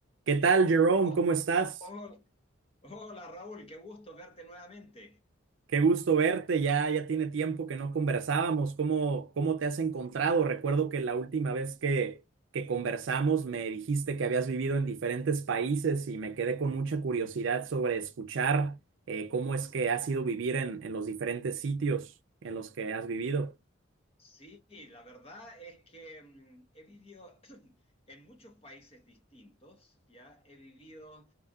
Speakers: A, on the right; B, on the left.
A: ¿Qué tal, Jerome?
B: Oh,
A: ¿Cómo estás?
B: oh, hola Raúl, qué gusto verte nuevamente.
A: Qué gusto verte. Ya, ya tiene tiempo que no conversábamos. ¿Cómo, cómo te has encontrado?
B: Sí,
A: Recuerdo que la última vez que, que conversamos me dijiste que habías vivido en diferentes países y me quedé con mucha curiosidad sobre escuchar eh, cómo es que has ido vivir en, en los diferentes sitios en los que has vivido.
B: Sí, la verdad es que mm, he vivido <clears throat> en muchos países distintos, ya he vivido,